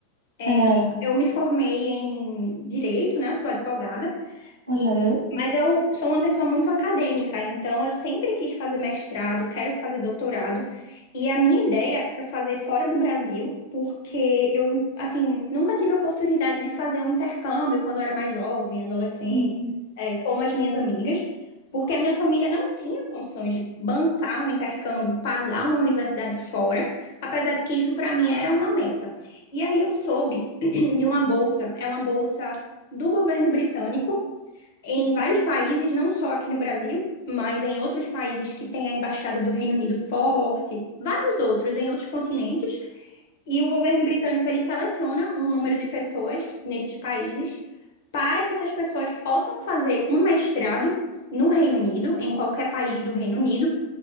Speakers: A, on the left; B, on the right.
A: é,
B: É,
A: eu me formei em direito, né? Eu sou advogada.
B: aham,
A: E, mas eu sou uma pessoa muito acadêmica, então eu sempre quis fazer mestrado, quero fazer doutorado, e a minha ideia era fazer fora do Brasil, porque eu, assim, nunca tive a oportunidade de fazer um intercâmbio quando eu era mais jovem, adolescente,
B: uhum,
A: eh, como as minhas amigas, porque a minha família não tinha condições de bancar um intercâmbio, pagar uma universidade fora, apesar de que isso para mim era uma meta. E aí eu soube <clears throat> de uma bolsa, é uma bolsa do governo britânico em vários países, não só aqui no Brasil, mas em outros países que tem a embaixada do Reino Unido forte, vários outros em outros continentes, e o governo britânico ele seleciona um número de pessoas nesses países para que essas pessoas possam fazer um mestrado no Reino Unido, em qualquer país do Reino Unido,